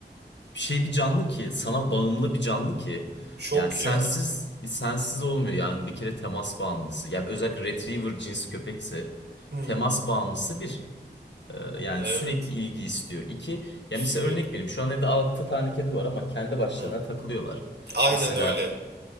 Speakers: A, on the left; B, on the right.
A: şey bir canlı ki sana bağımlı bir canlı ki
B: çok
A: yani sensiz
B: ya.
A: sensiz olmuyor yani bir kere temas bağımlısı. Yani özellikle retriever cins köpekse
B: Hmm,
A: temas bağımlısı bir Ee, yani
B: evet
A: sürekli ilgi istiyor. İki ya
B: sürekli.
A: mesela örnek vereyim şu an evde 6 tane kedi var ama kendi başlarına
B: Hı.
A: takılıyorlar.
B: Aynen
A: Mesela
B: öyle.